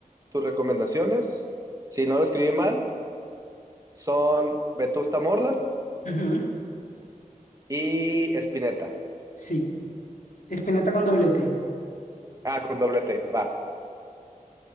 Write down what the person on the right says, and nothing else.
tus recomendaciones. Si no lo escribí mal, son Vetusta Morla
y Espineta.
Ah, con doble T, va.